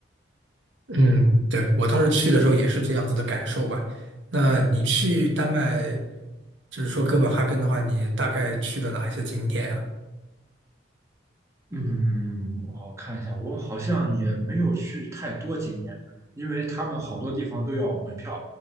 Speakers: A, on the right; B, on the right.
A: 嗯，对，我当时去的时候也是这样子的感受吧。那你去丹麦，就是说哥本哈根的话，你大概去了哪一些景点啊？
B: 嗯，我看一下，我好像也没有去太多景点，因为他们好多地方都要门票。